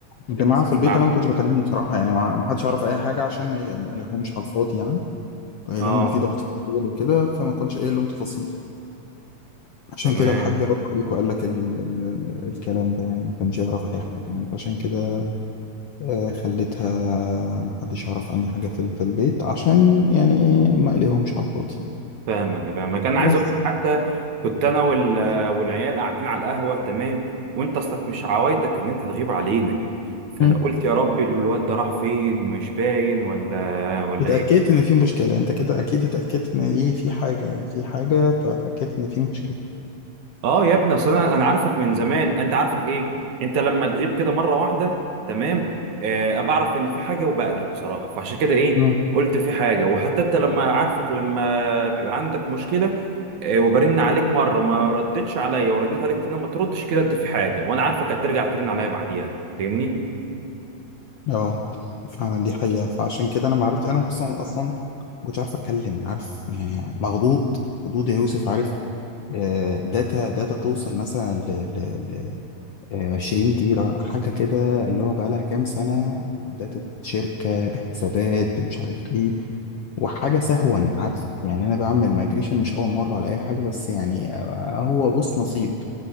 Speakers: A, on the left; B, on the right.
A: الجماعه في
B: مع
A: البيت انا ما كنتش بكلمهم بصراحه يعني ما ما حدش يعرف اي حاجه عشان ما ما قلقهمش على الفاضي يعني قايل
B: اه
A: لهم ان في ضغط في الشغل وكده فما كنتش قايل لهم تفاصيل عشان
B: تمام
A: كده الحاج رد عليك وقال لك ال ال ال الكلام ده يعني ما كانش يعرف اي حاجه يعني فعشان كده آه، خليتها ما حدش يعرف عني حاجه في ال- في البيت عشان يعني ايه ما قلقهمش على الفاضي
B: فاهمك فاهمك انا عايز
A: بس
B: اقول لك حتى كنت انا وال... والعيال قاعدين على القهوه تمام وانت اصلك مش عوايدك ان انت تغيب علينا فانا
A: مم.
B: قلت يا ربي الواد ده راح فين مش باين ولا ولا
A: اتاكدت
B: ايه
A: ان في مشكله انت كده اكيد اتاكدت ان ايه في حاجه في حاجه فاتاكدت ان في مشكله
B: اه يا ابني اصل انا انا عارفك من زمان انت عارفك ايه انت لما تغيب كده مره واحده تمام آه بعرف ان في حاجه وبقلق بصراحه فعشان كده ايه
A: مم.
B: قلت في حاجه وحتى انت لما عارفك لما بيبقى عندك مشكله آه وبرن عليك مره وما ردتش عليا ورنيت عليك تاني ما تردش كده انت في حاجه وانا عارفك هترجع ترن عليا بعديها فاهمني
A: اه فعلا دي حقيقه فعشان كده انا ما عرفت انا كنت اصلا ما كنتش عارف اتكلم عارف يعني مخضوض خضوض يا يوسف عارف آه، داتا داتا توصل مثلا ل ل- ل- آه، 20 تيرة حاجة كده اللي هو بقالها كام سنة داتا شركة بحسابات مش عارف ايه وحاجة سهوا عارف يعني أنا بعمل مايجريشن مش أول مرة ولا أي حاجة بس يعني آه، هو بص نصيب